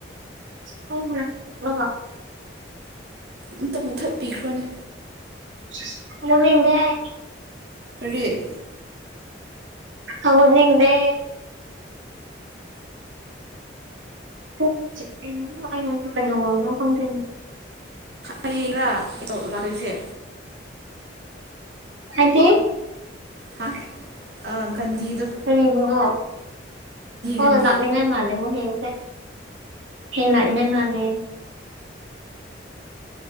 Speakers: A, on the right (about 85°); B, on the right (about 55°).
A: <unintelligible>
B: ꯑꯝꯇ ꯃꯨꯠꯊꯠꯄꯤꯈ꯭ꯔꯣꯅꯦ
A: <unintelligible>
B: ꯀꯔꯤ?
A: ꯍꯧꯒꯠꯅꯤꯡꯗꯦ ꯀꯣꯛ ꯆꯤꯛ ꯑ ꯑꯩ ꯉꯁꯤ ꯀꯩꯗꯧꯔꯕꯅꯣ ꯈꯪꯗꯦꯅꯦ꯫
B: ꯍꯌꯦꯡꯔꯥ <unintelligible> ꯂꯥꯛꯂꯤꯁꯦ
A: ꯍꯥꯏꯗꯤ
B: ꯍꯥ ꯑ ꯒꯟꯗꯤꯗꯣ
A: ꯀꯔꯤꯕꯨꯅꯣ ꯑꯣ
B: ꯒꯥꯟꯙꯤ
A: ꯂꯥꯛꯅꯤꯡꯉꯥꯏ ꯃꯥꯜꯂꯦ ꯃꯣꯏ ꯌꯦꯡꯁꯦ <unintelligible> ꯃꯥꯜꯂꯦ